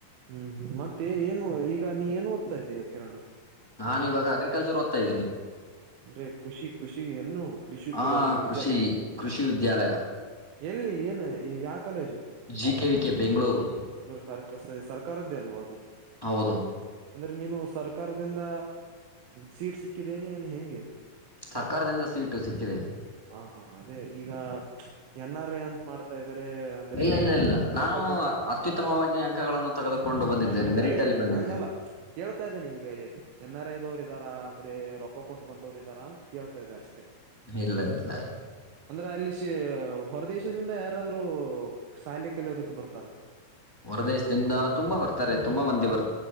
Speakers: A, on the right; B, on the left.
A: ಹ್ಮ್ ಹ್ಮ್ ಮತ್ತೆ ಏನು ಈಗ ನೀ ಏನು ಓದ್ತಾ ಇದೀಯಾ ಕಿರಣ
B: ನಾನು ಇವಾಗ ಅಗ್ರಿಕಲ್ಚರ್ ಓದ್ತಾ ಇದೀನೀ
A: ಅಂದ್ರೆ ಕೃಷಿ ಕೃಷಿ ಇನ್ನು ಕೃಷಿ
B: ಆ
A: ವಿದ್ಯಾಲಯ
B: ಕೃಷಿ ಕೃಷಿ ವಿದ್ಯಾಲಯ
A: ಎಲ್ಲಿ ಏನು ಯಾವ college
B: G K V K Bengaluru
A: ಅಂದ್ರ ಸರ್ಕ ಸರ್ಕಾರದ್ದೇ ಅಲ್ವಾ ಅದು
B: ಹೌದು
A: ಅಂದ್ರೆ ನೀನು ಸರ್ಕಾರದಿಂದ ಸೀಟ್ ಸಿಕ್ಕಿದೆ ಏನ್ ಹೆಂಗ <inaudible>
B: ಸರ್ಕಾರದಿಂದ ಸೀಟು ಸಿಕ್ಕಿದೆ
A: ಹ ಹಾ ಅದೇ ಈಗ ಎನ್ ಆರ್ ಐ ಅಂತ ಮಾಡ್ತಾ ಇದಾರೆ ಅಂದ್ರೆ
B: ಇಲ್ಲ ಇಲ್ಲ ಇಲ್ಲ
A: ರೊಕ್ಕ
B: ನಾನು
A: ಕೊಟ್ಟು
B: ಅತ್ಯುತ್ತಮವಾಗಿ ಅಂಕಗಳನ್ನು ತೆಗೆದುಕೊಂಡು ಬಂದಿದ್ದೇನೆ
A: ಹ ಅದೇ ಅದೇ
B: ಮೆರಿಟ್
A: ಅದೇ
B: ಅಲ್ಲಿ ಬಂದಿದ್ದೇನೆ
A: ಹಂಗಲ್ಲ ಕೇಳ್ತಾ ಇದ್ದ ನಿಂಗೆ ಎನ್ ಆರ್ ಐ ದವರು ಇದ್ದಾರಾ ಅಂದ್ರೆ ರಕ ಕೊಟ್ಟ ಬಂದವ್ರ ಇದಾರಾ ಅಂತ ಕೇಳ್ತಾ ಇದೆ ಅಷ್ಟೇ
B: ಇಲ್ಲ ಇಲ್ಲ ಇಲ್ಲ
A: ಅಂದ್ರೆ ಅಲ್ಲಿ ಸಿ ಹೊರದೇಶದಿಂದ ಯಾರಾದ್ರೂ ಶಾಲಿ ಕಲಿಯೋದಕ್ಕೆ ಬರ್ತಾರ
B: ಹೊರ ದೇಶದಿಂದ ತುಂಬಾ ಬರ್ತ ತಾರೆ ತುಂಬಾ ಮಂದಿ ಬರ್